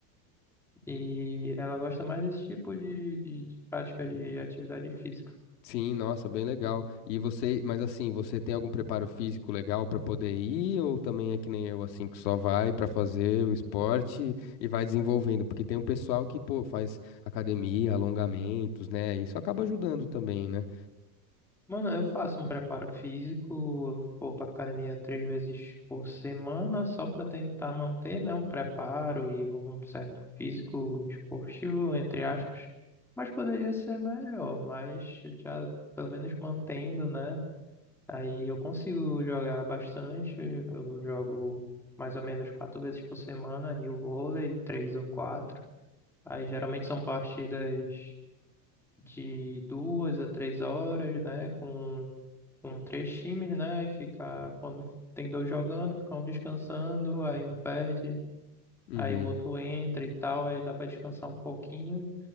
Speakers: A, in the centre; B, on the left.
A: E ela gosta mais desse tipo de, de de prática de atividade física.
B: Sim, nossa, bem legal. E você, mas assim, você tem algum preparo físico legal pra poder ir ou também é que nem eu assim que só vai pra fazer o esporte e vai desenvolvendo? Porque tem um pessoal que, pô, faz academia, alongamentos, né? Isso acaba ajudando também, né?
A: Mano, eu faço um preparo físico, eu vou pra academia três vezes por semana só pra tentar manter, né, um preparo e um certo físico esportivo, entre aspas. Mas poderia ser melhor, mas já pelo menos mantendo, né? Aí eu consigo jogar bastante, eu jogo mais ou menos quatro vezes por semana ali o vôlei, três ou quatro. Aí geralmente são partidas de duas a três horas, né? Com, com três times, né? E fica, quando tem dois jogando, fica um descansando, aí um perde,
B: Uhum.
A: aí o outro entra e tal, aí dá pra descansar um pouquinho.